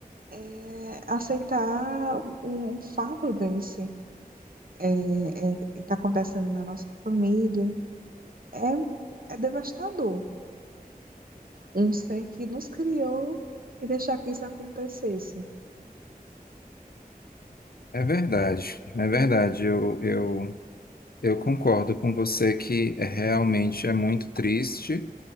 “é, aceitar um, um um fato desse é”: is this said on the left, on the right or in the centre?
Right